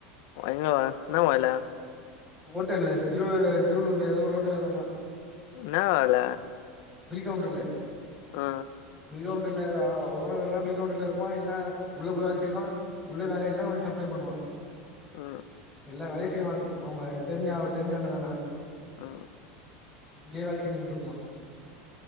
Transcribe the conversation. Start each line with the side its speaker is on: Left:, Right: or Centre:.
Left: இங்க வ இன்னா வாயில
Centre: ஹோட்டல்ல திருவ திருவள்ளுர்ல ஏதோ ஒரு ஒட்டல சொன்னா
Left: இன்னா வேல
Centre: பில் கவுண்டர்ல
Left: ஆ
Centre: பில் கவுண்டர்ல ஆ ஒ ஓனவர் எல்லா பில் கவுண்டர்ல இருப்பா இல்னா உள்ள போய் வேல செய்வா உள்ள வேலைையெல்லா வந்து சப்ளை பண்ணுவா
Left: ஆ
Centre: எல்லா வேலை செய்வாங்க அவங்க தெரிஞ்சா அவ தெரிஞ்சண்ணுதானே
Left: அ
Centre: உள்ளே வேல செஞ்சட்டு இருப்பா